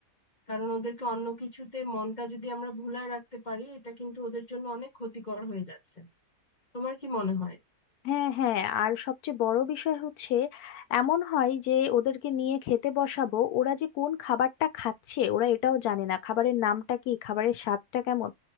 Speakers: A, on the left; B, on the left.
A: কারণ ওদেরকে অন্য কিছুতে মনটা যদি আমরা ভুলায় রাখতে পারি এটা কিন্তু ওদের জন্য অনেক ক্ষতিকর হয়ে যাচ্ছে তোমার কি মনে হয়
B: হ্যাঁ হ্যাঁ আর সবচেয়ে বড় বিষয় হচ্ছে এমন হয় যে ওদেরকে নিয়ে খেতে বসাবো ওরা যে কোন খাবারটা খাচ্ছে ওরা এটাও জানে না খাবারের নামটা কি খাবারের স্বাদটা কেমন